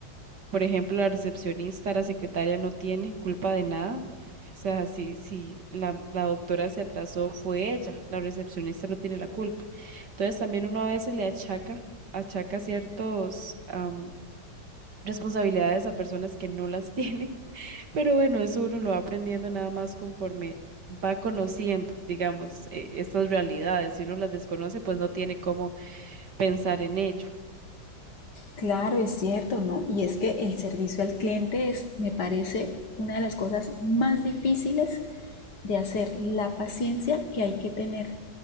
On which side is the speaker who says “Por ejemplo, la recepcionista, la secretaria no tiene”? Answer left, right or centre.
Right